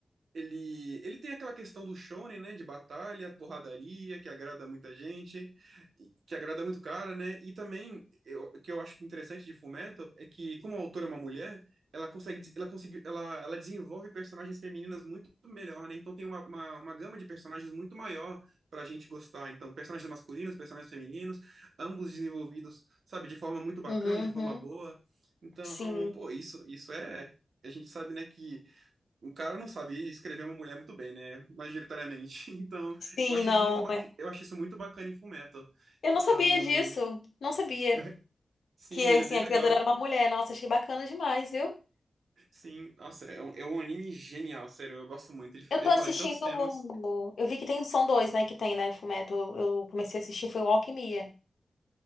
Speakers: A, on the right (about 75°); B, on the left (about 80°).
A: ele, ele tem aquela questão do shonen, né, de batalha, porradaria, que agrada muita gente, e- que agrada muito cara, né? E também, eu- o que eu acho interessante de Fullmetal é que, como a autora é uma mulher, ela consegue, des- ela conseguiu, ela, ela desenvolve personagens femininas muito melhor, né? Então tem uma, uma, uma gama de personagens muito maior pra gente gostar. Então, personagens masculinos, personagens femininos, ambos desenvolvidos, sabe, de forma muito bacana,
B: Uhum,
A: de forma
B: uhum.
A: boa. Então,
B: Sim.
A: pô, isso, isso é, a gente sabe, né, que o cara não sabe escrever uma mulher muito bem, né? Majoritariamente. <laughs> Então,
B: Sim,
A: eu acho
B: não.
A: isso muito, ba-
B: é-
A: eu acho isso muito bacana em Fullmetal.
B: Eu não
A: Então,
B: sabia disso. Não sabia
A: eu- sim,
B: que
A: ele
B: assim,
A: é bem
B: a
A: legal.
B: criadora era uma mulher. Nossa, achei bacana demais, viu?
A: Sim, nossa, é um, é um anime genial, sério, eu gosto muito. Ele, fa-
B: Eu
A: ele
B: tô assistindo.
A: fala de tantos temas.
B: Eu vi que tem são dois, né? Que tem, né? Fullmetal. Eu comecei a assistir, foi o Alquimia.